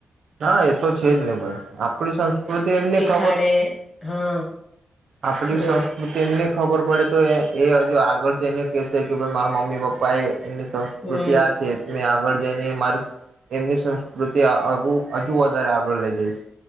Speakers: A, on the right; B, on the left.
A: હા એ તો છે જ ને ભાઈ આપણી સંસ્કૃતિ એમને ખ
B: ખડે <unintelligible> હા.
A: આપણી
B: તો
A: સંસ્કૃતિ એમને ખબર પડે તો એ એ હજુ આગળ જઈને કેહશે કે ભઈ મારા મમ્મી પપ્પા એ સંસ્કૃતિ
B: હમ
A: આ છેેત આગ <unintelligible> આગળ જઈને મારે એમની સંસ્કૃતિ હજુ હજુ વધારે આગળ લઈ જઈશ.